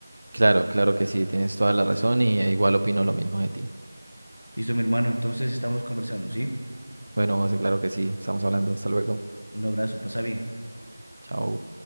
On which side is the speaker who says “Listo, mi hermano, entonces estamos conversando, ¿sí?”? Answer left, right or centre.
Left